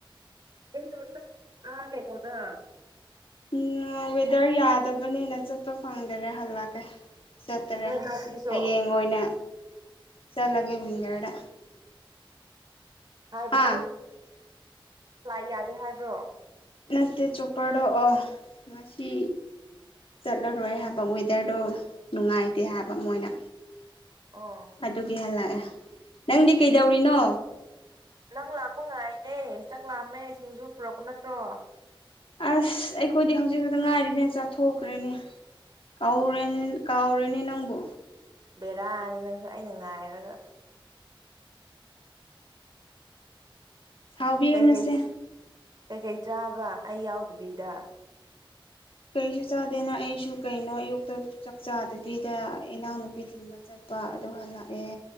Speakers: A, on the right (about 50°); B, on the left (about 80°).
A: ꯑꯩꯗꯣꯅꯣꯦꯅꯣꯗ
B: ꯎꯝ ꯦꯗꯔ ꯌꯥꯗ ꯌꯥꯗꯕꯅꯤꯅ ꯆꯠꯄ ꯐꯪꯗꯔꯦ ꯍꯜꯂꯛꯀꯦ ꯆꯠꯇꯔꯦ
A: ꯅꯣꯏ ꯏꯅꯥꯎꯄꯤꯁꯨ
B: ꯍꯌꯦꯡ ꯑꯣꯏꯅ ꯆꯠꯂꯒꯦ ꯋꯤꯡꯒꯔꯗ
A: ꯍꯥꯏꯕꯗꯤ
B: ꯍꯥ
A: ꯂꯥꯛ ꯌꯥꯗꯦ ꯍꯥꯏꯕ꯭ꯔꯣ
B: ꯅꯠꯇ ꯆꯣꯞꯄꯔꯣꯛꯑꯣ ꯉꯁꯤ ꯆꯠꯂꯔꯣꯏ ꯍꯥꯏꯕ ꯋꯦꯗꯔꯗꯣ ꯅꯨꯡꯉꯥꯏꯇꯦ ꯍꯥꯏꯕ ꯃꯣꯏꯅ
A: ꯑꯣ
B: ꯑꯗꯨꯒꯤꯍ ꯂꯥꯛꯑꯦ ꯅꯪꯗꯤ ꯀꯩꯗꯧꯔꯤꯅꯣ
A: ꯅꯪ ꯂꯥꯛꯄ ꯉꯥꯏꯅꯦ ꯆꯥꯛ ꯂꯥꯛꯑꯝꯃꯦ ꯁꯤꯡꯖꯨ ꯄꯨꯔꯛꯄ ꯅꯠꯇ꯭ꯔꯣ
B: ꯑꯁ ꯑꯩꯈꯣꯏꯗꯤ ꯍꯧꯖꯤꯛ ꯈꯛꯇ ꯉꯥꯏꯔꯤꯅꯦ ꯆꯥꯊꯣꯛꯈ꯭ꯔꯦꯅꯦ ꯀꯥꯎꯔ ꯀꯥꯎꯔꯅꯦ ꯅꯪꯕꯣ
A: ꯕꯦꯔꯥꯅꯤ ꯅꯪꯁꯨ ꯑꯩꯅ ꯉꯥꯏꯔꯒ
B: ꯁꯥꯎꯕꯤꯔꯅꯨꯁꯦ
A: ꯀꯩꯀꯩ ꯀꯩꯀꯩ ꯆꯥꯕ ꯑꯩ ꯌꯥꯎꯗꯕꯤꯗ
B: ꯀꯩꯁꯨ ꯆꯥꯗꯦꯅ ꯑꯩꯁꯨ ꯀꯩꯅꯣ ꯑꯌꯨꯛꯇ ꯆꯥꯛ ꯆꯥꯗꯕꯤꯗ ꯏꯅꯥꯎꯅꯨꯄꯤ ꯊꯤꯟꯕ ꯆꯠ ꯂꯨꯄꯥ ꯑꯗꯨ ꯍꯜꯂꯛꯑꯦ